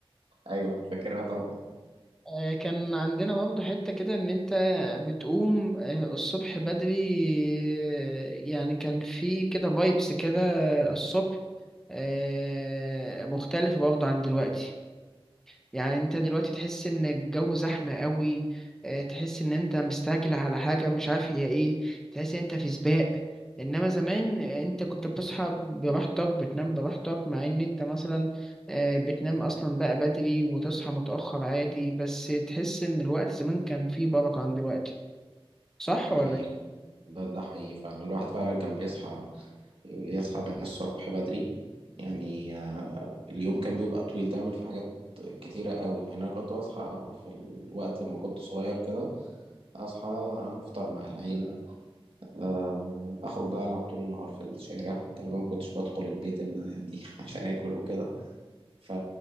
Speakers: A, on the right; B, in the centre.
A: ايوه فاكرها طبعا
B: آه، كان عندنا برضه حتة كده إن أنت بتقوم آه، الصبح بدري آه، يعني كان في كده فايبس كده الصبح آه، مختلفة برضه عن دلوقتي يعني انت دلوقتي تحس ان الجو زحمة قوي اه، تحس ان انت مستعجل على حاجة مش عارف هي ايه تحس ان انت في سباق انما زمان انت كنت بتصحى براحتك بتنام براحتك مع ان انت مثلا اه، بتنام اصلا بقى بدري وتصحى متأخر عادي بس تحس ان الوقت زمان كان فيه بركة عن دلوقتي صح
A: ده
B: ولا
A: حقيقي فعلا. ده ده حقيقي فعلا الواحد فعلا كان بيصحى يصحى من الصبح بدري يعني آه، اليوم كان بيبقى طويل تعمل فيه حاجات كتيرة قوي يعني أنا كنت بصحى في الوقت ما كنت صغير كده أصحى أفطر مع العيلة آه، أخرج بقى ألعب طول النهار في الشارع تقريبا ما كنتش بدخل البيت إلا يعني <laughs> عشان آكل وكده ف...